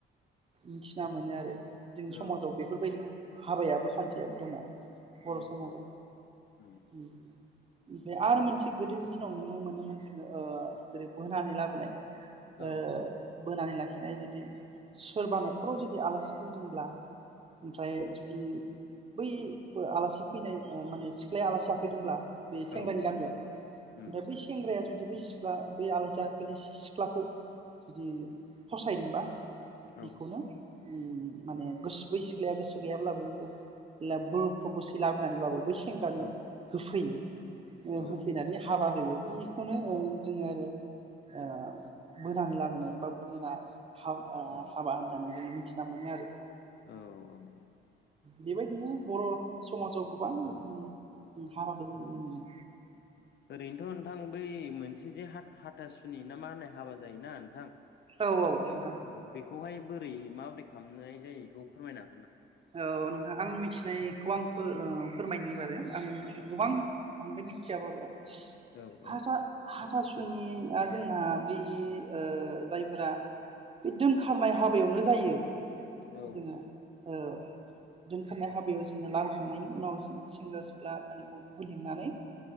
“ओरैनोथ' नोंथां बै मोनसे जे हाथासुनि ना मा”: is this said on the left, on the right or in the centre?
Left